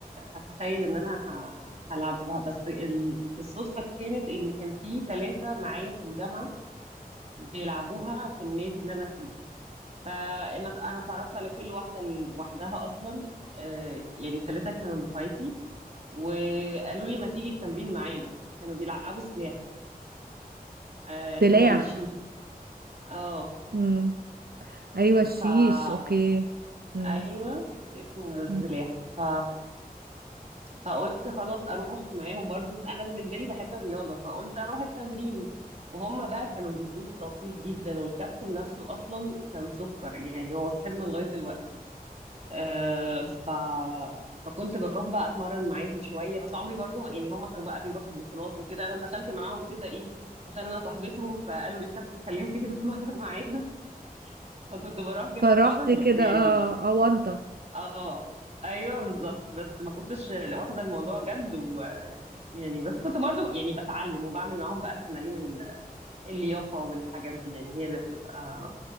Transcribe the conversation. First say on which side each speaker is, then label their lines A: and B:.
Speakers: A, on the right (about 40°); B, on the right (about 80°).
A: هتخيل ان انا ه- هلعبها بس ال- الصدفة كانت ان كان في ثلاثة معايا في الجامعة بيلعبوها في النادي اللي انا فيه فانا انا اتعرفت على كل واحدة لوحدها اصلا آه، يعني الثلاثة كانوا دفعتي وقالوا لي ما تيجي التمرين معانا كانوا بيلعبوا سلاح آه،
B: سلاح
A: اللي هو الشيش اه
B: مم. أيوة الشيش
A: فا
B: أوكي مم.
A: ايوه اسمه السلاح
B: مم.
A: ف فقلت خلاص اروح معاهم برضو انا بالنسبه لي بحب الرياضه فقلت اروح التمرين وهم بقى كانوا جروب لطيف جدا والكابتن نفسه اصلا كان سكر يعني هو صاحبنا لغايه دلوقتي آه ف فكنت بروح بقى اتمرن معاهم شويه بس عمري برضو ما يعني هم كانوا بقى بيروحوا بطولات وكده انا دخلت معاهم كده ايه عشان انا صاحبتهم فقالوا للكابتن خليها تيجي تتمرن <laughs> معانا فكنت بروح كده
B: فرحت
A: اتمرن
B: كده
A: بس يعني
B: اه أونطة
A: اه ايوه بالظبط بس ما كنتش واخده الموضوع جد ويعني بس كنت برضو يعني بتعلم وبعمل معاهم بقى التمارين ال- اللياقه والحاجات دي يعني هي اللي بتبقى